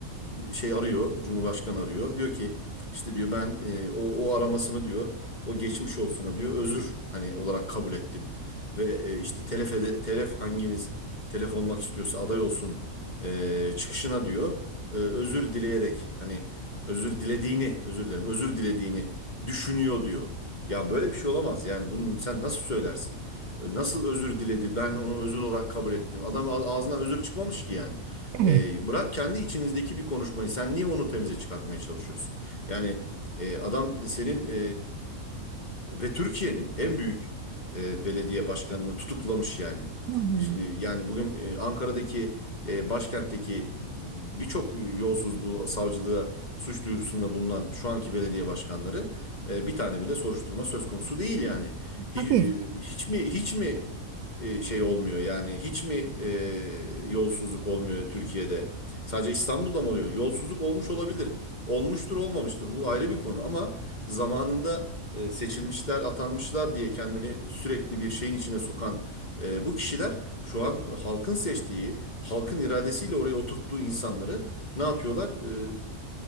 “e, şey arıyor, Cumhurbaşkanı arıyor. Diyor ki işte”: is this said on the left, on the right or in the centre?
Left